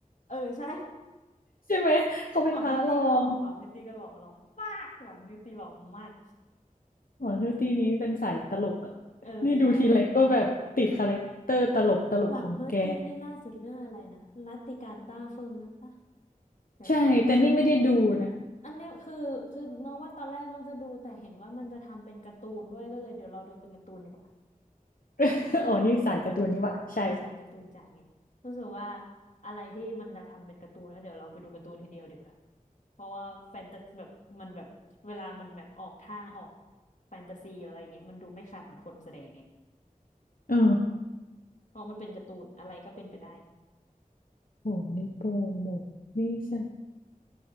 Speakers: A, on the left (about 55°); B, on the left (about 75°).
A: เออใช่
B: <laughs> ใช่ไหมเขาเป็นพระรอง
A: หวังเฮอร์ตี้ก็หล่อหวังเฮอร์ตี้ก็หล่อหล่อมากหวังเฮอร์ตี้หล่อมาก
B: หวังเฮอร์ตี้นี้เป็นสายตลกอะ
A: เออใช่
B: นี่ดูทีไรก็แบบติดคาแรคเตอร์ตลกตลกของแก
A: หวังเฮอร์ตี้นี่ล่าสุดเรื่องอะไรนะรัตติการต้าเฟิงนั่นปะเดี๋ยวกันนะ
B: ใช่แต่นี่ไม่ได้ดูนะ
A: อันเนี้ยคือคือน้องว่าตอนแรกน้องจะดูแต่เห็นว่ามันจะทำเป็นการ์ตูนด้วยก็เลยเดี๋ยวรอดูเป็นการ์ตูนดีกว่า
B: <laughs> อ๋อนี่สายการ์ตูนนี่ว่ะใช่
A: เออใส่การ์ตูนจ๋าไงรู้สึกว่าอะไรที่มันจะทำเป็นการ์ตูนแล้วเดี๋ยวเราไปดูการ์ตูนทีเดียวดีกว่าเพราะว่าแฟนตาซีแบบมันแบบเวลามันแบบออกท่าออกแฟนตาซีอะไรอย่างเงี้ยมันดูไม่ขาดเหมือนคนแสดงไง
B: เออ
A: เพราะมันเป็นการ์ตูนอะไรก็เป็นไปได้
B: โหนี่โปรโมทนี่ใช่